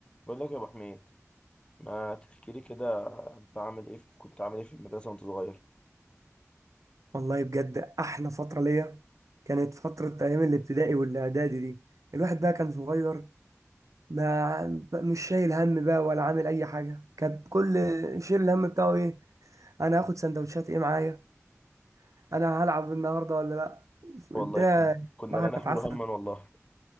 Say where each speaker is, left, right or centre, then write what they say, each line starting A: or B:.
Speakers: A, on the left (about 20°); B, on the right (about 80°).
A: بقول لك يا ابو حميد ما تحكي لي كده انت عامل ايه في كنت عامل ايه في المدرسه وانت صغير
B: والله بجد احلى فتره ليا كانت فتره ايام الابتدائي والاعدادي دي الواحد بقى كان صغير ما مش شايل هم بقى ولا عامل اي حاجه كان كل شيل الهم بتاعه ايه انا هاخد سندوتشات ايه معايا انا هلعب النهارده ولا لا الدنيا
A: والله كنا كنا
B: بصراحه
A: لا
B: كانت
A: نحمل
B: عسل
A: هما والله